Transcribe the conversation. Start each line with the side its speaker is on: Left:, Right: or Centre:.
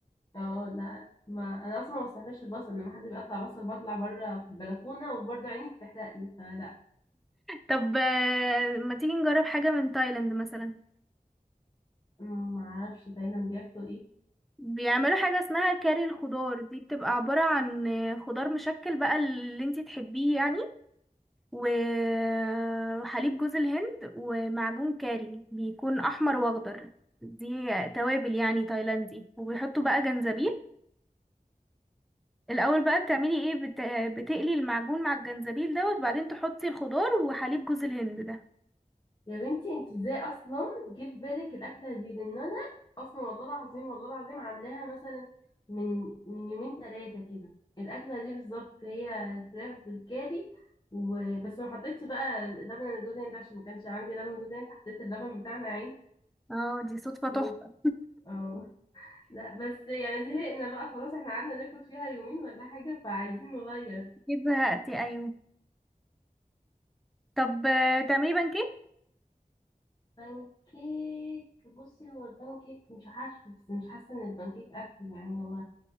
Left: اه لا ما انا اصلا ما بستحملش البصل لما حد بيقطع بصل بطلع بره في البلكونه وبرضو عيني بتحرقني فلا
Centre: طب آه، ما تيجي نجرب حاجة من تايلاند مثلا
Left: ما اعرفش تايلاند بياكلوا ايه
Centre: بيعملوا حاجة اسمها كاري الخضار دي بتبقى عبارة عن خضار مشكل بقى اللي انتي تحبيه يعني وحليب جوز الهند ومعجون كاري بيكون أحمر وأخضر دي توابل يعني تايلاندي وبيحطوا بقى جنزبيل الأول بقى بتعملي ايه بت... بتقلي المعجون مع الجنزبيل ده وبعدين تحطي الخضار وحليب جوز الهند ده
Left: يا بنتي انت ازاي اصلا جه في بالك الاكله دي لان انا اصلا والله العظيم والله العظيم عاملاها مثلا من من يومين ثلاثه كده الاكله دي بالظبط هي الفراخ بالكاري وبس ما حطيتش بقى لبن جوز هند عشان ما كانش عندي لبن جوز هند حطيت اللبن بتاعنا عادي
Centre: اه دي صدفة تحفة
Left: و... اه لا بس يعني زهقنا بقى خلاص احنا قعدنا ناكل فيها يومين ولا حاجه فعايزين نغير
Centre: كده زهقتي ايوه طب آه، تعملي بانكيك
Left: بانكيك بصي هو البانكيك مش عارفه بس مش حاسه ان البانكيك اكل يعني هو